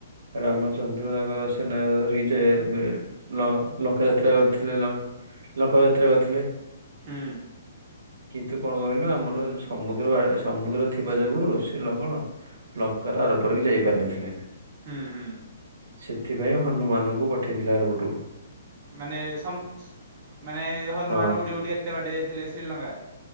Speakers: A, on the right (about 85°); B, on the right (about 35°).
A: ରାମଚନ୍ଦ୍ର ତାଙ୍କ ସେନା ଧରିକି ଯେ ବେ ଲ ଲଙ୍କା ଯାତ୍ରା କରିଥିଲେ, ଲଙ୍କ ଯାତ୍ରା କରିଥିଲେ।
B: ହୁଁ
A: କିନ୍ତୁ କଣ କହିଲୁ, ଆମର ସମୁଦ୍ର ବା ସମୁଦ୍ର ଥିବା ଯୋଗୁରୁ ସେ ଲବଣ ଲ କାର ଆର ପାରିକି ଯାଇପାରିିନଥିଲେ।
B: ହୁଁ ହୁଁ
A: ସେଥିପାଇଁ ହନୁମାନଙ୍କୁ ପଠେଇଥିଲେ ଆର ପଟକୁ।
B: ମାନେ ସମ୍ ମାନେ ହନୁମାନ
A: ହଁ
B: ଉଡି ଉଡି ଏତେ ବାଟ ଯାଇଥିଲେ ଶ୍ରୀଲଙ୍କା?